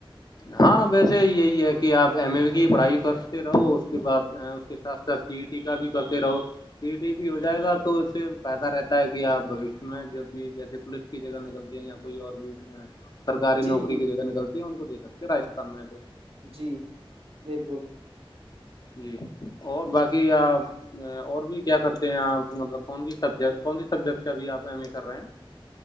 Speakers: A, on the left; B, on the right.
A: ہاں ویسے یہی ہے کہ آپ ایم اے کی پڑھائی کرتے رہو اس کے بعد کے ساتھ ساتھ سی ٹی کا بھی کرتے رہو ٹیٹی بھی ہو جائے گا تو اس سے فائدہ رہتا ہے کہ آپ بوشیہ میں جو بھی جیسے پولیس کی جگہ نکلتی ہیں کوئی اور بھی سرکاری
B: جی
A: نوکری
B: جی
A: کی جگہ نکلتی ہے ان کو دے سکتے ہیں راجستھان میں تو
B: جی بالکل
A: جی اور باقی آ اور بھی کیا کرتے ہیں آپ مطلب کون س سبجیکٹ کون س سبجیکٹ سے ابھی آپ ایم اے کر رہے ہیں